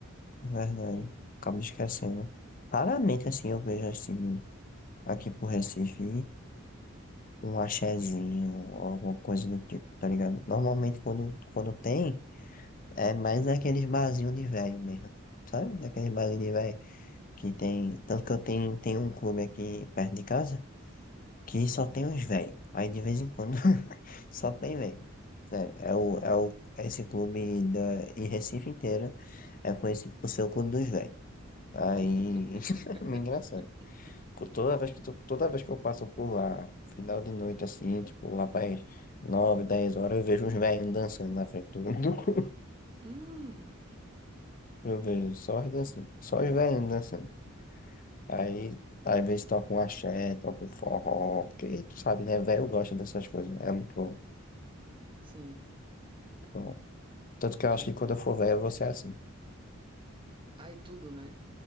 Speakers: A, on the left; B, on the right.
A: é verdade.
B: Hum.
A: Acabo esquecendo. Raramente, assim, eu vejo, assim, aqui pro Recife, um axezinho, alguma coisa do tipo, tá ligado? Normalmente, quando, quando tem. É mais naqueles barzinhos de velho mesmo. Sabe? Naqueles barzinhos de velho que tem. Tanto que eu tenho, tenho um clube aqui perto de casa que só tem uns velhos. Aí de vez em quando <laughs> só tem velho. Sério, é o, é o, esse clube da, em Recife inteira é conhecido por ser o clube dos velhos. Aí
B: <laughs>
A: <laughs> é meio engraçado. Por Toda vez que, tu- toda vez que eu passo por lá, final de noite assim, tipo lá para as 9, 10 horas, eu vejo uns velhinhos dançando na frente do. <laughs> do-
B: Hum,
A: Eu vejo só os dançando, só os velhinhos dançando. Aí, às vezes toca um axé, toca um forró, porque tu sabe, né? Velho gosta dessas coisas, né, é muito bom. muito
B: sim.
A: bom. Tanto que eu
B: Aí,
A: acho que quando eu for velho, eu vou ser assim.
B: aí tudo, né?